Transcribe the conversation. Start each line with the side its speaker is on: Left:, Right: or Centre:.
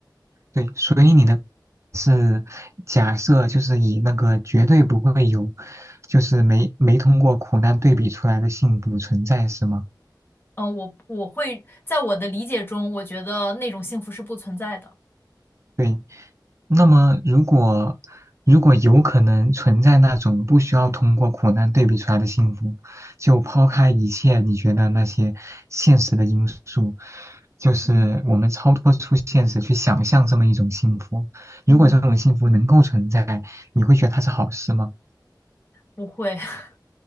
Right: 对，所以你的是假设，就是以那个绝对不会有，就是没没通过苦难对比出来的幸福存在，是吗？
Left: 嗯、我我会在我的理解中，我觉得那种幸福是不存在的。
Right: 对，那么，如果如果有可能存在那种不需要通过苦难对比出来的幸福，就抛开一切你觉得那些现实的因素，就是我们超脱出现实去想象这么一种幸福。
Left: 嗯嗯，
Right: 如果这种幸福能够存在，你会觉得它是好事吗？
Left: 不会，<laughs>